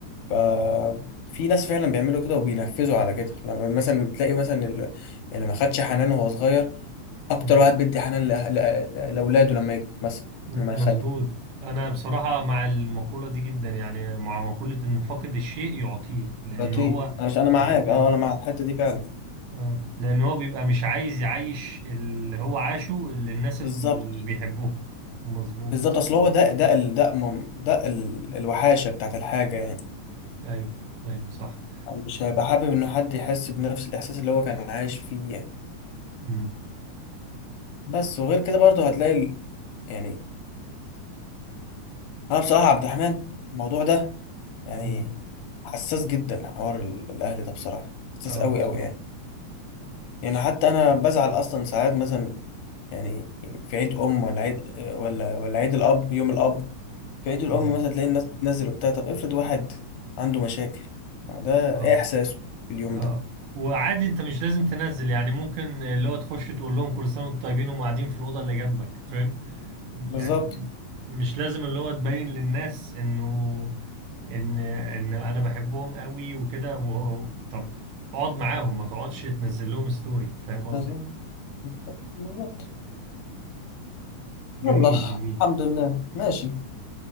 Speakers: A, on the left; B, on the right.
A: ف في ناس فعلا بيعملوا كده وبينفذوا على كده لما مثلا تلاقي مثلا ال- اللي ما خدش حنان وهو صغير اكتر
B: مم.
A: واحد بيدي حنان لأه- لأه- لاولاده لما يكبر مثلا
B: مظبوط
A: لما يخلف
B: انا بصراحة مع المقولة دي جدا يعني مع مقولة ان فاقد الشيء يعطيه لان
A: لطيف
B: هو
A: علشان انا معاك
B: بيبقى
A: اه انا مع الحته دي فعلا
B: اه لان هو بيبقى مش عايز يعيش اللي هو عاشه اللي الناس
A: بالظبط
B: اللي بيحبوه مظبوط
A: بالظبط اصل هو ده ده ال- ده مم- ده ال- الوحاشه بتاعت الحاجه يعني
B: ايوه ايوه صح
A: مش هيبقى حابب ان حد يحس بنفس الاحساس اللي هو كان عايش فيه يعني
B: امم
A: بس وغير كده برضه هتلاقي ال- يعني انا بصراحه عبد الرحمن الموضوع ده يعني
B: أمم.
A: حساس جدا حوار ال- الاهلي ده بصراحه حساس
B: اه
A: قوي
B: بصراحة
A: قوي يعني يعني حتى انا بزعل اصلا ساعات مثلا يعني في عيد ام ولا عيد ولا ولا عيد الاب يوم الاب في عيد الام
B: اه
A: مثلا تلاقي الناس بتنزل وبتاع طب افرض واحد عنده مشاكل ما هو ده
B: اه
A: ايه احساسه في اليوم
B: اه
A: ده
B: وعادي انت مش لازم تنزل يعني ممكن اللي هو تخش تقول لهم كل سنة وانتم طيبين وهم قاعدين في الأوضة اللي جنبك فاهم يعني
A: بالظبط
B: مش لازم اللي هو تبين للناس انه ان ان انا بحبهم قوي وكده وهو- طب اقعد معاهم ما تقعدش تنزل لهم ستوري فاهم قصدي
A: بالظبط بالظبط بالظبط يلا
B: جميل جميل
A: الحمد لله ماشي